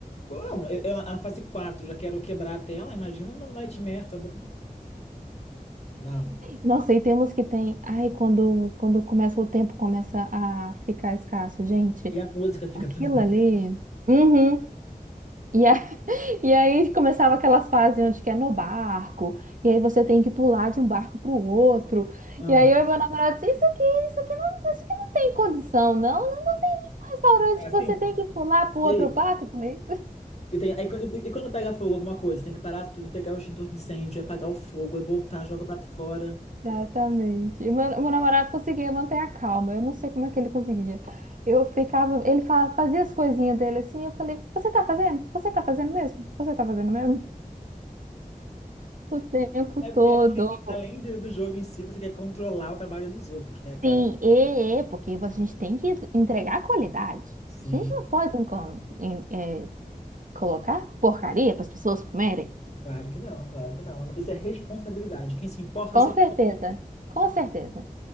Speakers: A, on the left (about 45°); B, on the right (about 60°).
A: Bom, eu- eu- a fase 4 já quero quebrar a tela, imagina no Nightmare, tá doido? Não.
B: Nossa, e temos que tem. Ai, quando, quando começa o tempo, começa a ficar escasso. Gente,
A: E a música fica
B: aquilo
A: toda.
B: ali. Uhum. E, a- <laughs> e aí começava aquelas fases onde que é no barco, e aí você tem que pular de um barco para o outro.
A: Ah,
B: E aí eu e meu namorado disse, isso aqui, isso aqui não, isso aqui não tem condição, não. Um restaurante
A: é
B: que
A: assim,
B: você tem que pular pro outro
A: é isso.
B: barco, eu falei.
A: E, tem, aí, e, e quando pega fogo alguma coisa, tem que parar tudo, pegar o extintor de incêndio, é apagar o fogo, aí voltar, joga o prato fora.
B: Exatamente. E meu, meu namorado conseguia manter a calma. Eu não sei como é que ele conseguia. Eu ficava, ele fa- fazia as coisinhas dele assim, eu falei, você tá fazendo? Você tá fazendo mesmo? Você tá fazendo mesmo? O tempo
A: É
B: todo.
A: porque além, além do, do jogo em si, você quer controlar o trabalho dos outros, né, cara?
B: Sim, e, e, porque a gente tem que entregar qualidade.
A: Sim,
B: A gente não pode enco- em- eh, colocar porcaria para as pessoas comerem.
A: claro que não, claro que não. Isso é responsabilidade. Quem se importa,
B: Com
A: se...
B: certeza, com certeza.